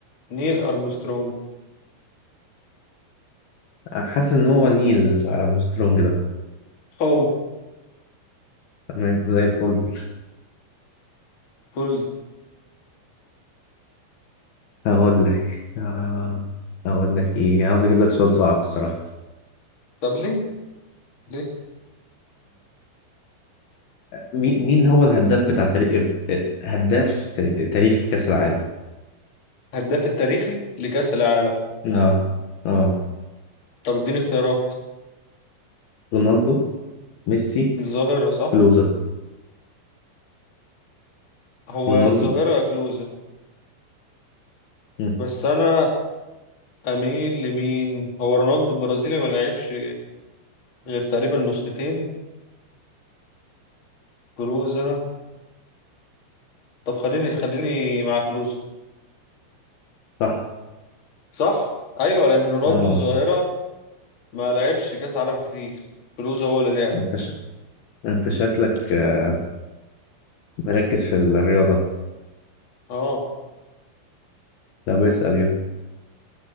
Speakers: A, on the left; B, on the left.
A: نيل ارمسترونج
B: حاسس ان هو نيل ارمسترونج ده
A: هو
B: تمام زي الفل
A: فل
B: هقول لك آه، هقول لك ايه عاوز اجيب لك سؤال صعب الصراحة
A: طب ليه ليه
B: مي- مين هو الهداف بتاع تاريخ هداف تا- تاريخ كأس العالم
A: هداف التاريخي لكأس العالم
B: اه اه
A: طب اديني اختيارات
B: رونالدو ميسي
A: الظاهرة صح
B: كلوزا
A: هو
B: رونالدو
A: الظاهرة يا كلوزة
B: مم.
A: بس انا اميل لمين هو رونالدو البرازيلي ما لعبش غير تقريبا نسختين كلوزة طب خليني خليني مع كلوزة
B: صح
A: صح ايوه لان رونالدو
B: اه
A: الظاهرة ما لعبش كأس عالم كتير كلوزة هو اللي لعب
B: انت شا- انت شكلك آه، مركز في الرياضة
A: اه
B: طب اسأل يلا